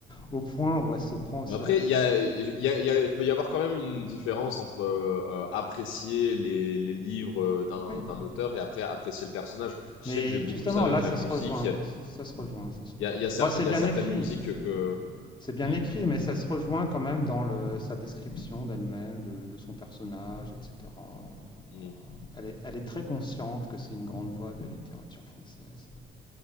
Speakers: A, on the left; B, on the left.
A: au point où elle se prend au sérieux.
B: mais après, il y a il y a il y a il peut y avoir quand même une différence entre, heu heu, apprécier les les livres, heu, d'un
A: Oui.
B: d'un auteur et après apprécier le personnage. Je
A: Mais
B: sais que j'ai beaucoup
A: justement,
B: ça avec
A: là, ça
B: la musique.
A: se rejoint,
B: Il y a
A: ça se rejoint, ça se rejoint.
B: il y a il y a cer
A: Bon, c'est
B: il y
A: bien
B: a certaines
A: écrit,
B: musiques que
A: C'est bien
B: mmh?
A: écrit, mais ça se rejoint quand même dans le sa description d'elle-même, de de son personnage, et cetera, heu,
B: Mmh.
A: voilà. Elle est elle est très consciente que c'est une grande voix de la littérature française